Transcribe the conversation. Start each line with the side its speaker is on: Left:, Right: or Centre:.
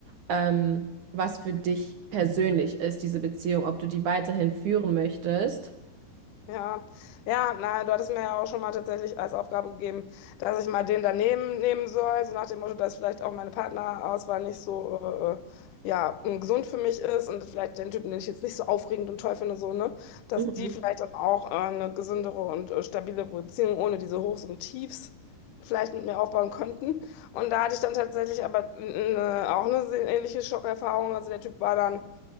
Right: ähm, was für dich persönlich ist, diese Beziehung, ob du die weiterhin führen möchtest.
Left: Ja, ja, na, du hattest mir ja auch schon mal tatsächlich als Aufgabe gegeben, dass ich mal den daneben nehmen soll, so nach dem Motto, dass vielleicht auch meine Partnerauswahl nicht so, äh, ja, mm, gesund für mich ist und vielleicht den Typen, den ich jetzt nicht so aufregend und toll finde, so, ne, dass
Right: Mhm.
Left: die vielleicht dann auch äh, eine gesündere und äh, stabile Beziehung ohne diese Hochs und Tiefs vielleicht mit mir aufbauen könnten. Und da hatte ich dann tatsächlich aber äh, auch eine ähnliche Schockerfahrung. Also der Typ war dann